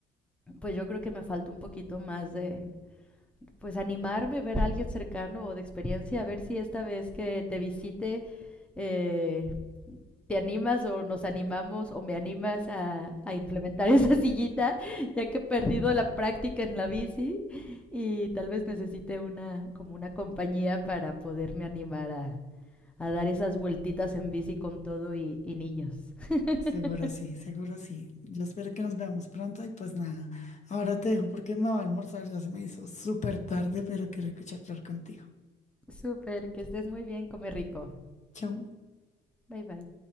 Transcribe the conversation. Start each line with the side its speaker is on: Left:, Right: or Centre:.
Centre: pues yo creo que me falta un poquito más de, pues animarme, ver a alguien cercano o de experiencia, a ver si esta vez que te visite eh, te animas o nos animamos o me animas a, a implementar <laughs> esa sillita, ya que he perdido la práctica en la bici y tal vez necesite una, como una compañía para poderme animar a, a dar esas vueltitas en bici con todo y, y niños. <laughs>
Left: Seguro sí, seguro sí. Yo espero que nos veamos pronto y pues nada. Ahora te dejo porque me va a almorzar. Ya se me hizo súper tarde, pero qué rico charlar contigo.
Centre: Súper, que estés muy bien, come rico.
Left: Chau.
Centre: Bye bye.